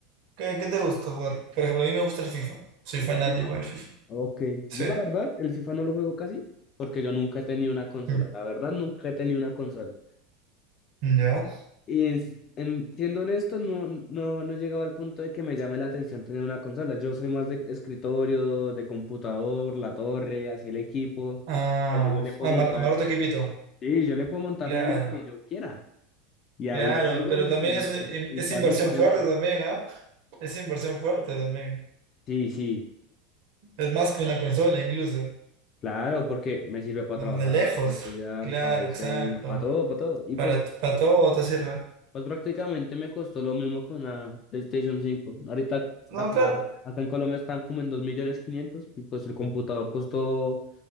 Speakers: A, on the right (about 55°); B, on the left (about 30°).
A: ¿Qué, qué te gusta jugar? Por ejemplo, a mí me gusta el FIFA. Soy
B: ¿El
A: fanático
B: FIFA?
A: del FIFA.
B: Ok,
A: Sí.
B: yo la verdad, el FIFA no lo juego casi, porque yo nunca he tenido una consola.
A: Mm.
B: La verdad, nunca he tenido una consola.
A: ¿Ya?
B: Y es- en- siendo honesto, no, no, no he llegado al punto de que me llame la atención tener una consola. Yo soy más de escritorio, de computador, la torre, así el equipo,
A: Ah,
B: donde yo le puedo
A: ah
B: montar.
A: Mar- a Maroto Quipito.
B: Sí, yo le puedo montar
A: Claro,
B: lo que yo quiera. Y ahí
A: claro,
B: juego
A: pero
B: lo
A: también
B: que yo
A: es, un-
B: quiera. Y
A: es
B: paso
A: inversión
B: mi tiempo.
A: fuerte también, ¿ah? Es inversión fuerte también.
B: Sí, sí,
A: Es más que una consola incluso.
B: claro, porque me sirve para
A: De
B: trabajar,
A: de lejos.
B: para estudiar,
A: Claro,
B: para diseño,
A: exacto.
B: para todo, para todo. Y
A: Para,
B: pues
A: para todo te sirve.
B: Pues prácticamente me costó lo mismo con la PlayStation cinco. Ahorita
A: No,
B: acá,
A: claro.
B: acá en Colombia están como en dos millones quinientos y pues el computador costó,